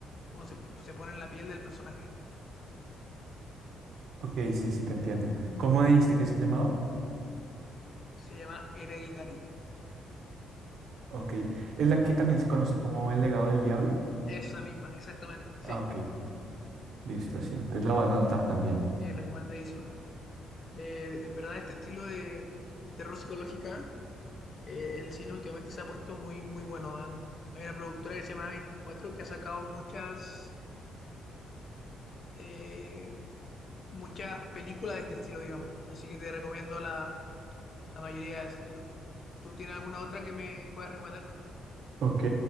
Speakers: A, on the left; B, on the right.
A: uno se, se pone en la piel del personaje.
B: Ok, sí, sí, te entiendo. ¿Cómo dijiste que se llamaba?
A: Se llama Hereditary.
B: Ok. ¿Es la que también se conoce como el legado del diablo?
A: Esa misma, exactamente. Sí,
B: Ah, ok. Listo,
A: sí,
B: sí. Entonces la voy a anotar también.
A: sí, recomendadísima. De- en verdad, este estilo de, de terror psicológica, eh, el cine últimamente se ha puesto muy, muy bueno. Han- hay una productora que se llama 24 que ha sacado muchas eh, muchas películas de este estilo, digamos. Así que te recomiendo la, la mayoría de ese estilo. ¿Tú tienes alguna otra que me puedas recomendar?
B: Ok.